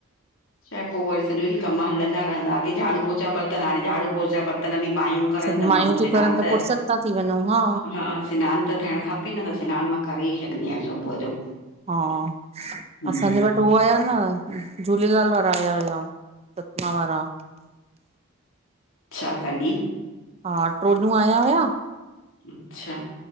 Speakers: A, on the left; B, on the right.
A: त पो वरी सॼो ॾींह कम हलंदा रहंदा, अॻे झाड़ू, पोचा, बर्तन हाणे झाड़ू, पोचा, बर्तन बि मायूं। करन
B: सभु
A: त,
B: मायूं
A: माण्हूं
B: थियूं
A: सिनान
B: करनि
A: त,
B: फुर्सत था थी वञूं हा
A: हा सिनान त थियण खपे। उथी, न त सिनान मां करे ई छॾंदी आं सुबूह जो।
B: हा,
A: हम्म,
B: असांजे वट हो आया न, झूलेलाल वारा। आया हुया, सतना वारा।
A: अछा, कॾी?
B: हा, ट्रोॼूं, आया हुया।
A: अच्छा